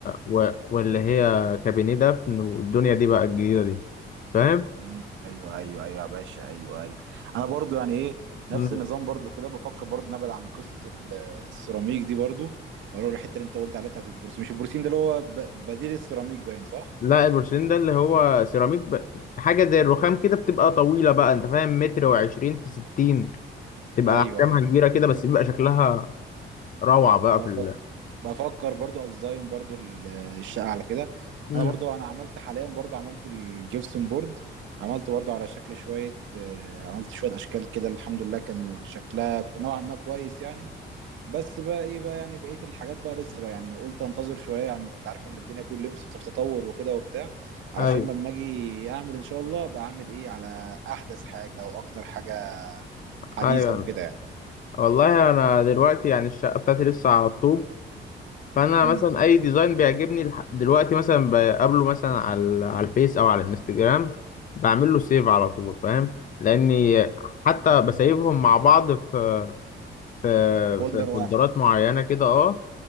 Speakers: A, on the left (about 45°); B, on the right (about 75°).
A: و... واللي هي كابينيه دفن والدنيا دي بقى الجديده دي فاهم
B: مم. ايوه ايوه ايوه يا باشا ايوه ايوه انا برضو يعني ايه
A: مم.
B: نفس النظام برضو كده بفكر برضو نبعد عن قصه ال- السيراميك دي برضو واروح الحته اللي انت قلت عليها بتاعت البروسيم مش البروسيم ده اللي هو ب- بديل السيراميك باين صح
A: لا البورسلين ده اللي هو سيراميك ب... حاجه زي الرخام كده بتبقى طويله بقى انت فاهم متر وعشرين في ستين تبقى
B: ايوه
A: احجامها
B: ايوه
A: كبيره كده بس بيبقى شكلها روعه بقى
B: بفكر
A: في ال...
B: بفكر برضو اديزاين برضو ال- الشقه على كده
A: مم.
B: انا برضو انا عملت حاليا برضو عملت الجبسن بورد عملت برضو على شكل شويه آه، عملت شويه اشكال كده الحمد لله كان شكلها نوعا ما كويس يعني بس بقى ايه بقى يعني بقيه الحاجات بقى لسه بقى يعني قلت انتظر شويه يعني انت عارف ان الدنيا كل يوم في تطور وكده وبتاع علشان
A: ايوه
B: لما اجي اعمل ان شاء الله ابقى اعمل ايه على احدث حاجه واكتر حاجه حديثه
A: ايوه
B: وكده يعني
A: والله انا دلوقتي يعني الشقه بتاعتي لسه على الطوب فانا
B: امم
A: مثلا اي ديزاين بيعجبني الح- دلوقتي مثلا بقابله مثلا على على الفيس او على الانستجرام بعمل له سيف على طول فاهم لاني حتى بسيبهم مع بعض في في
B: فولدر
A: في
B: واحد
A: فولدرات معينه كده اه